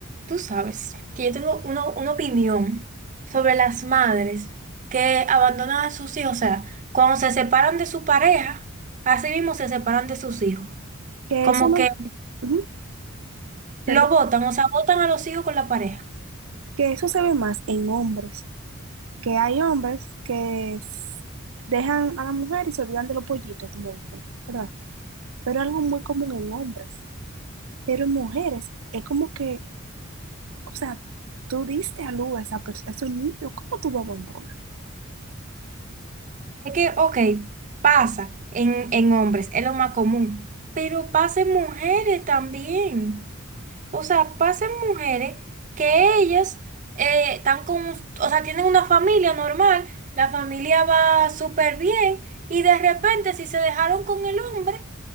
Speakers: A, on the right; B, on the right.
A: Tú sabes que yo tengo una, una opinión sobre las madres que abandonan a sus hijos. O sea, cuando se separan de su pareja, así mismo se separan de sus hijos.
B: Que
A: Como
B: eso no,
A: que
B: ujú, perdón,
A: lo botan, o sea, botan a los hijos con la pareja.
B: que eso se ve más en hombres, que hay hombres que s- dejan a la mujer y se olvidan de los pollitos, como dicen, ¿verdad? Pero algo muy común en hombres. Pero en mujeres es como que, o sea, tú diste a luz a, esa pers- a ese niño, ¿cómo tú lo abandonas?
A: Es que, ok, pasa en, en hombres, es lo más común, pero pasa en mujeres también. O sea, pasan mujeres que ellas eh, están con, un- o sea, tienen una familia normal, la familia va súper bien y de repente si se dejaron con el hombre,